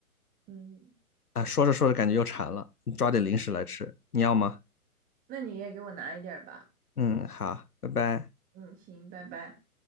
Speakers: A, on the right; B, on the left.
A: 嗯，
B: 啊，说着说着感觉又馋了，你抓点零食来吃，你要吗？
A: 那你也给我拿一点儿吧。
B: 嗯，好，拜拜。
A: 嗯，行，拜拜。